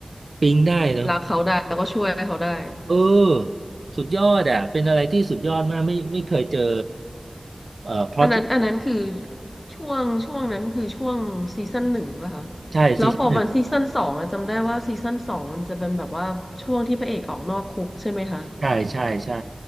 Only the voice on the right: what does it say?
ปิ๊งได้เนอะ
เออสุดยอดอ่ะเป็นอะไรที่สุดยอดมากไม่ไม่เคยเจอเอ่อพล็อต
ใช่ซีซั่นหนึ่ง
ใช่ใช่ใช่